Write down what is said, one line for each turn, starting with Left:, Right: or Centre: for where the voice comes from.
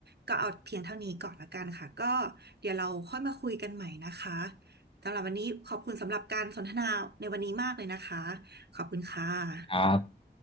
Right: ก็เอาเพียงเท่านี้ก่อนละกันค่ะก็เดี๋ยวเราค่อยมาคุยกันใหม่นะคะ สำหรับวันนี้ขอบคุณสำหรับการสนทนาในวันนี้มากเลยนะคะขอบคุณค่ะ
Left: ครับ